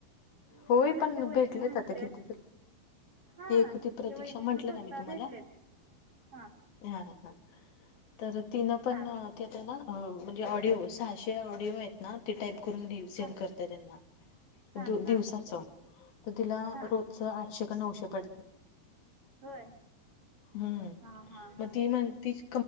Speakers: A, on the right (about 45°); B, on the left (about 70°).
A: मी
B: होय
A: म्हणलं..
B: पण
A: त्या वहिणी
B: भेटलेत
A: म्हणतेत.
B: आता किती तर
A: हा..
B: ती एक होती प्रतीक्षा
A: ते वहिनींना
B: म्हटलं
A: स्वतः
B: ना मी तुम्हाला
A: भेटलेत.. हा
B: हा.. का तर तिने पण
A: हां
B: तिथं ना अ.. म्हणजे ऑडिओ सहाशे ऑडिओ आहेत ना ते टाईप दीव सेंड
A: हां
B: करते त्यांना
A: हां
B: दिव..
A: हां
B: दिवसाचं.. तर तिला
A: हां
B: रोजच आठशे कानऊशे पडतंय.
A: होय
B: हम्म..
A: हां हां हां
B: मग ती म्हणतीच